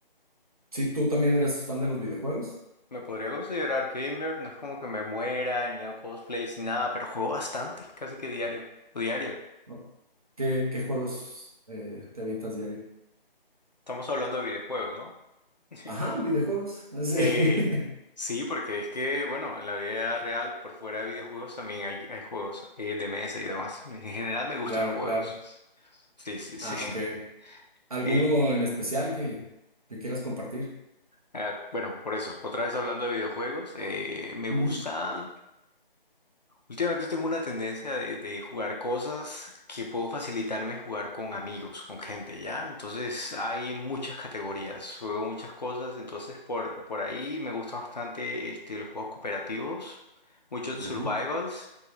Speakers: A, on the right; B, on the left.
A: sí, tú también eres fan de los videojuegos,
B: Me podría considerar gamer, no es como que me muera, ni hago cosplays, ni nada, pero juego bastante, casi que diario, o diario.
A: ¿no? ¿Qué, qué juegos eh, te avientas diario?
B: Estamos hablando de videojuegos, ¿no? <laughs>
A: Ajá, videojuegos. <laughs> Sí.
B: Eh, sí, porque es que, bueno, en la vida real, por fuera de videojuegos, también hay, hay juegos eh, de mesa y demás. En general me gustan
A: Claro,
B: los juegos.
A: claro.
B: Sí, sí,
A: Ah,
B: sí.
A: ok.
B: <laughs>
A: ¿Alguno
B: Eh,
A: en especial que, que quieras compartir?
B: ah, bueno, por eso, otra vez hablando de videojuegos, eh, me
A: Ujú,
B: gustan Últimamente tengo una tendencia de, de jugar cosas que puedo facilitarme jugar con amigos, con gente, ¿ya? Entonces hay muchas categorías, juego muchas cosas, entonces por, por ahí me gusta bastante este, los juegos cooperativos, muchos
A: ujú.
B: survivals,